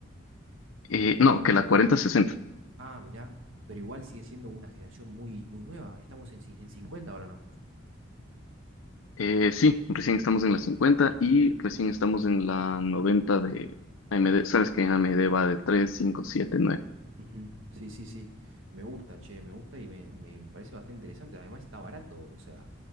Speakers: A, on the left; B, on the right.
A: Eh, no, que la 4060.
B: Ah, mirá, pero igual sigue siendo una generación muy, muy nueva. Estamos en, ci- en 50 ahora, ¿no?
A: Eh, sí, recién estamos en la 50 y recién estamos en la 90 de AMD. Sabes que AMD va de tres cinco siete nueve.
B: Ujú, Sí, sí, sí. Me gusta, che, me gusta y me, me parece bastante interesante. Además está barato, o sea,